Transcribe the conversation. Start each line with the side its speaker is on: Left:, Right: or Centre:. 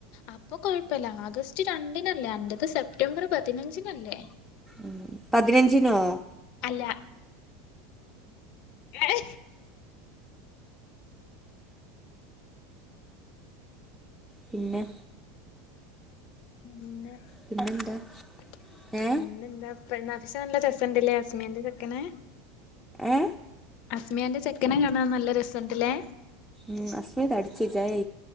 Left: അപ്പൊ കൊഴപ്പില്ല ആഗസ്റ്റ് രണ്ടിനല്ലേ അന്റെത് സെപ്റ്റംബർ പതിനഞ്ചിനല്ലേ
Centre: ഉ പതിനഞ്ചിനോ
Left: ല്ല ഏ
Centre: പിന്നെ
Left: ഉം <inaudible>
Centre: പിന്നെന്താ
Left: പിന്നെന്താവിശ
Centre: ഏ
Left: നല്ല ചസ ഉണ്ടല്ലേ സമന്റെ ചെക്കനെ
Centre: ഏ
Left: അസ്മിയാന്റെ ചെക്കന കാണാ ൻ നല്ല രസമുണ്ടല്ലേ
Centre: ഉം അസ്മിയ തടിച്ചഅല്ലേ